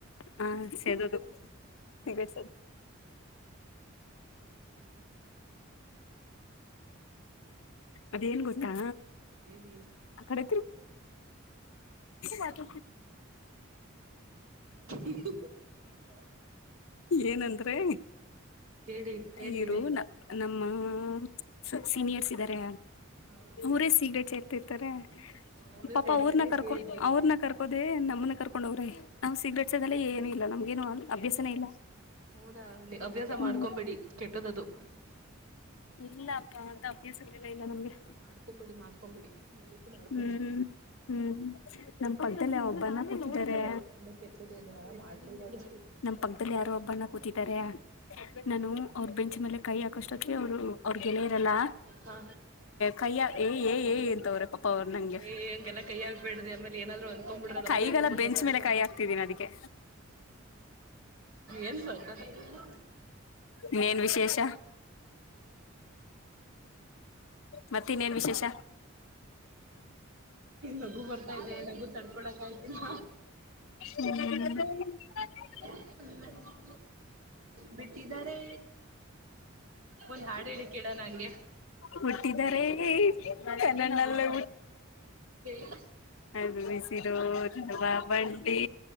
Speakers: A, on the left (about 75°); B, on the right (about 85°).
A: ಹ ಸೇದದು ಗ ಅದೇನ್ ಗೊತ್ತಾ
B: ಹೇಳಿ ಹೇಳಿ
A: ಆ ಕಡೆ ಮಾಡತ
B: ಹ
A: ಏನಂದ್ರೆ
B: ಹೇಳಿ ಏನ್
A: ಇವರು
B: ಹೇಳಿ
A: ನ ನಮ್ಮ ಹ ಸೀನಿಯರ್ಸ್ ಇದ್ದಾರೆ
B: ಹ
A: ಊರೇ ಸೀಗ್ಡೆ ಚೇರ್ತಿರ್ತಾರೆ
B: ಅವರೇ
A: ಪಾಪಾ
B: ಸೇರ್ತಾರೆ
A: ಅವ್ರನ್ನ ಕರ್ಕೊ
B: ಸೇರ್ಬೇಕು
A: ಅವ್ರನ ಕರ್ಕೋದೆೇ ನಮ್ನ ಕರ್ಕೊಂಡೋಗ್ರ ನಾವ್ ಸಿಗ್ರೇಟ್ ಅ ಏನು ಇಲ್ಲ ನಮ್ಗೇನು ಅ ಅಭ್ಯಾಸನ ಇಲ್ಲ
B: ಹೌದಾ ಹವ್ಯಾಸ
A: ಹ್ಮ
B: ಮಾಡ್ಕೊಂಬೇಡಿ ಕೆಟ್ಟದದು
A: ಇಲ್ಲ ಅಬ್ಬ ಅಂತ ಅಪ್ಯಾಸರಲಿಲ್ಲ ಇಲ್ಲ ನಮ್ಗೆ
B: ಮಾಡ್ಕೊಂಬಿಡಿ ಮಾಡ್ಕೊಂಬಿಡಿ ಮುಂದಕ್ಕೂ ಮಾಡ್ಕೊಂಬಿಡಿ
A: ಹ್ಮ್ ಹ್ಮ್ ನಮ್ ಕೊಡ್ತಲ್ಲ ಒಬ್ಬನ ಕುತ್ತಾರೆ
B: ಅಂತವೆಲ್ಲ ತುಂಬಾ ಕೆಟ್ಟದು ಅದನ್ನೆಲ್ಲ ಮಾಡ್ಕೊಬಾರ್ದು
A: ನಮ್ಮ ಪಕ್ಕದಲ್ಲಿ ಯಾರೋ ಒಬ್ಬನ್ನ ಕೂತಿದಾರ ನಾನು ಬೆಂಚಿ ಮೇಲೆ ಕೈ ಹಾಕಷ್ಟ ಅವರು ಅವ್ರರು ಗೆಳೆಯ ಇರಲ್ಲ
B: ಹಾ
A: ಕೈ ಏ ಅಂತವ್ರೆ ಪಾಪ ಅವರು ನಂಗೆ
B: ಏ ಹಂಗೆಲ್ಲ ಕೈ ಹಾಕ್ಬೇಡ್ರಿ ಆಮೇಲೆ ಏನಾದ್ರು ಅಂದ್ಕೊಂಡ್ಬಿಟ್ರೆ ದಪ್ಪ
A: ಕೈ
B: ತಿಳ್ಕೊಂಡ್ಬಿಟ್ರೆ
A: ಬೆಂಚ್
B: ಕಷ್ಟ
A: ಮೇಲೆ ಕೈ ಆಗ್ತಿದೀನಿ ಅದಕ್ಕೆ
B: ಏನ್ ಸಕ್ಕತ್ತಾಗಿದೆ
A: ನೀೇನ್ ವಿಶೇಷ ಮತ್ತ ಇನ್ನೇನ್ ವಿಶೇಷ
B: ನಗು ಬರ್ತಾ ಇದೆ ನಗು ತಡ್ಕೊಳಕ್ ಆಯ್ತಿಲ್ಲ
A: ಹ್ಮ್ ಹ
B: ಹ ಬಿಟ್ಟಿದಿದ್ದಾರೆ ಒನ್ ಹಾಡಡ ಕೇಡ ನಂಗೆ
A: ಹುಟ್ಟಿದರೆ ಕನ್ನಣ್ಣಲ್ಲೇ
B: ಹ
A: ಅದು ಬಿಸಿರುೋ ಬಂಡಿ